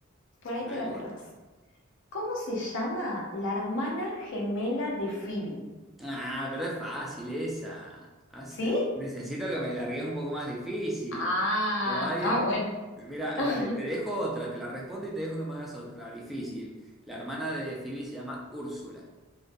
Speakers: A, on the left; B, in the centre.
A: por ahí
B: Dale.
A: te la acordás. ¿Cómo se llama la hermana gemela de Phoebe?
B: Ah, pero es fácil esa. Hace-
A: ¿Sí?
B: Necesito que me largues un poco más difícil.
A: Ah,
B: Como alguien.
A: ah, bueno.
B: Mira,
A: <laughs>
B: dale, te dejo otra, te la respondo y te dejo que me hagas otra. Difícil. La hermana de Phoebe se llama Úrsula.